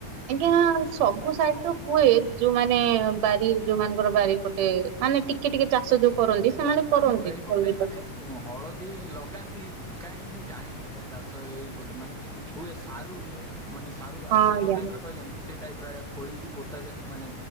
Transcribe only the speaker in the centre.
ଆମର ଏଇପଟେ
ମାନେ
ହଳଦୀ ଲଗାନ୍ତି କାଇଁ ମୁଁ ଜାଣିନି ଆଜ୍ଞା ଚାଷ୍ ସ- ଏଇପଟେ ମାନେ ହୁଏ ସାରୁ ହୁଏ ମାନେ ସାରୁ ଆପଣ
ଯଉ ଟାଇପ୍ ର କହିଲେନି ସେଇ ଟାଇପ୍ ର ଖୋଳିକି ପୋତାଯାଏ ମାନେ